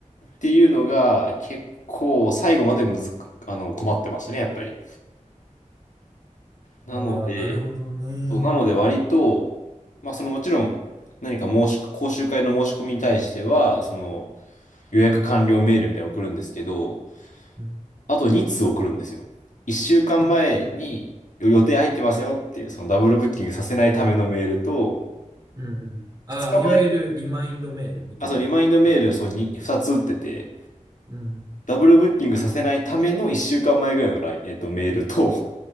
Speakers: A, on the left; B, on the right.
A: ていうのが結構最後までむずく、あの、困ってましたね、やっぱり。なので、
B: ああ、なるほどね。
A: そうなので割と、まあそのもちろん何か申し、講習会の申し込みに対しては、その予約完了メールみたいなの送るんですけど、
B: うん、
A: あと2通送るんですよ。1週間前に予定入ってますよっていう、そのダブルブッキングさせないためのメールと、
B: うん、うん。ああ、
A: 2日前、
B: いわゆるリマインドメールみたいなやつ。
A: あ、そう、リマインドメール、そう、2、2つ打ってて、
B: うん、
A: ダブルブッキングさせないための1週間前ぐらいのライン、えっと、メールと、